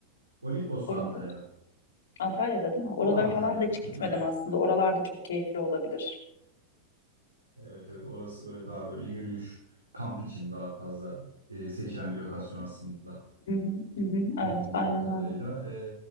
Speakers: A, on the right; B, on the left.
A: Olimpos
B: Olimpos?
A: da Antalya'da.
B: Antalya'da değil mi? Oralara
A: O da Antalya'da.
B: falan da hiç gitmedim
A: Hı hı, Evet.
B: aslında. Oralar da çok keyifli olabilir.
A: Evet, evet. Orası böyle daha böyle yürüyüş, kamp için daha fazla e, seçilen bir lokasyon aslında.
B: Hı hı, hı hı. Evet
A: E, bildiğim
B: aynen
A: kadarıyla.
B: öyle.
A: E,